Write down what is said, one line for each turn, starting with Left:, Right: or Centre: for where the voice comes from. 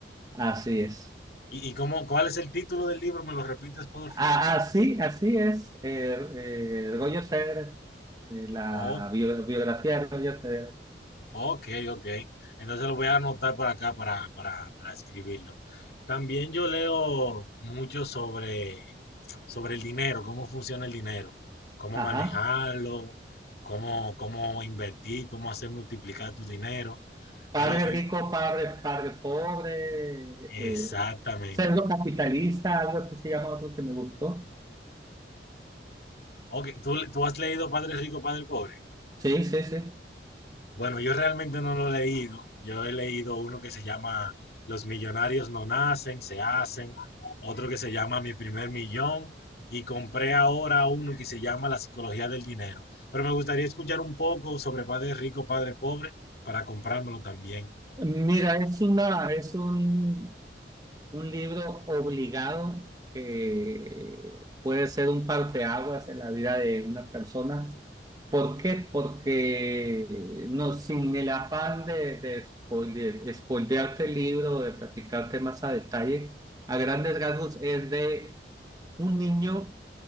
Right: así es.
Left: ¿Y, y cómo, cuál es el título del libro? ¿Me lo repites, por favor?
Right: Ah, Así, así es. eh, eh, Roger Federer, eh, la
Left: Oh,
Right: bio- biografía de Roger Federer.
Left: ok, ok. Entonces lo voy a anotar por acá para, para, para escribirlo. También yo leo mucho sobre, sobre el dinero, cómo funciona el dinero, cómo
Right: Ajá.
Left: manejarlo, cómo, cómo invertir, cómo hacer multiplicar tu dinero.
Right: Padre
Left: El, el-
Right: rico, padre, padre pobre,
Left: exactamente.
Right: eh, pseudo capitalista, algo que se llama otro que me gustó.
Left: Ok, ¿tú, tú has leído Padre Rico, Padre Pobre?
Right: Sí, sí, sí.
Left: Bueno, yo realmente no lo he leído. Yo he leído uno que se llama Los millonarios no nacen, se hacen. Otro que se llama Mi primer millón. Y compré ahora uno que se llama La psicología del dinero. Pero me gustaría escuchar un poco sobre Padre Rico, Padre Pobre para comprármelo también.
Right: Mira, es una, es un, un libro obligado que puede ser un parteaguas en la vida de una persona. ¿Por qué? Porque no, sin el afán de, de spoile- spoilearte el libro o de platicarte más a detalle, a grandes rasgos es de un niño